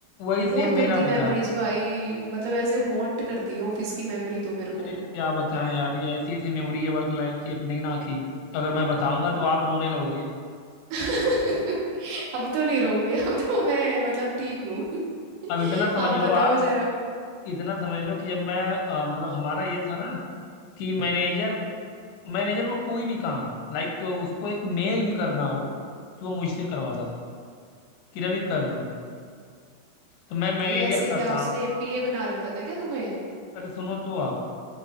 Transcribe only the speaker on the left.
वही सेम
मेरा
भी
था
अरे
क्या बताएं यार ये ऐसी ऐसी मेमोरी है वर्क लाइफ की अपनी ना कि अगर मैं बताऊंगा तो आप रोने लगोगे
अब इतना समझ
लो
आप
इतना समझ लो कि जब मैं अ, मतलब हमारा ये था ना कि मैनेजर मैनेजर को कोई भी काम लाइक उसको एक मेल भी करना हो तो वो मुझसे करवाता था कि रवि कर दो तो मैं
मैनेजर
का काम
अरे सुनो तो आप